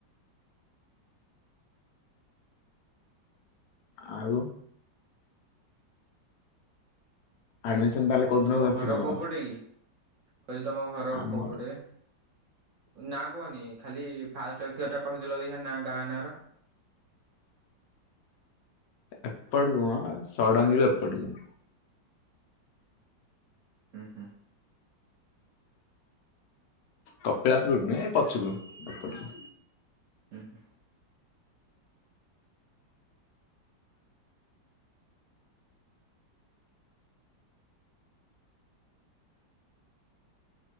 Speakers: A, on the left (about 75°); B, on the right (about 70°).
A: ଆଉ। ଆଡମିସନ ତାହେଲେ କୋଉଦିନ
B: ତମ
A: ଅଛି
B: ଘର
A: ତମର?
B: କୋଉ ପଟେ କି କହିଲି ତମ ଘର
A: ଆମର
B: କୋଉ ପଟେ। ନାଁ କୁହନି ଖାଲି ଫାଷ୍ଟ ଅକ୍ଷରଟା କହିଦେଲ ଦେଖିଆ ଗାଁ ନାଁ ର।
A: ଏପଡୁଅଁ ଷଡ଼ଙ୍ଗୀରୁ ଏପଟୁକୁ।
B: ହୁଁ ହୁଁ।
A: କପିଳାସ ରୁଟ ନୁହେଁ ଏ ପଛୁକୁ ଏପଟୁକୁ।
B: ହୁଁ ହୁଁ।